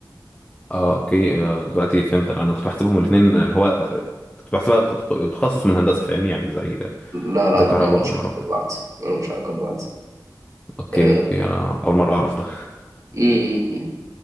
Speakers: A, on the left; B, on the right.
A: اه اوكي آه دلوقتي فهمت انا كنت بحسبهم الاثنين اللي هو كنت بحسبها تخصص من هندسه فاهمني يعني زي
B: لا لا
A: زي
B: لا
A: كهرباء
B: ملهمش
A: وعمارة
B: علاقة ببعض ملهمش علاقة ببعض
A: اوكي
B: آه،
A: اوكي انا اول مره اعرف ده
B: م- م.